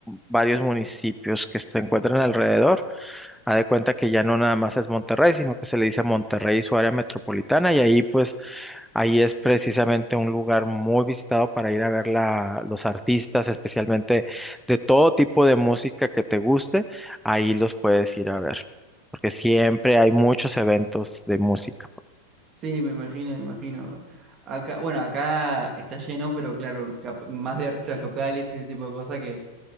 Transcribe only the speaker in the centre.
varios municipios que se encuentran alrededor. Ha de cuenta que ya no nada más es Monterrey, sino que se le dice Monterrey y su área metropolitana, y ahí pues ahí es precisamente un lugar muy visitado para ir a ver la- los artistas, especialmente de todo tipo de música que te guste, ahí los puedes ir a ver, porque siempre hay muchos eventos de música. pues.